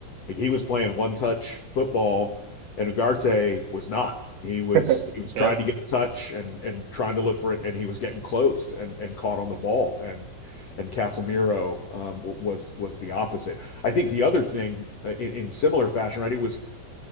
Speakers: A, on the left (about 65°); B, on the right (about 65°).
A: Like he was playing one touch football and Ugarte was not. He
B: <laughs>
A: was
B: Mhm.
A: he
B: <laughs>
A: was trying
B: yeah,
A: to get a touch and and trying to look for it and he was getting closed and and caught on the ball and and Casemiro um, was was the opposite. I think the other thing uh, in, in similar fashion, right? It was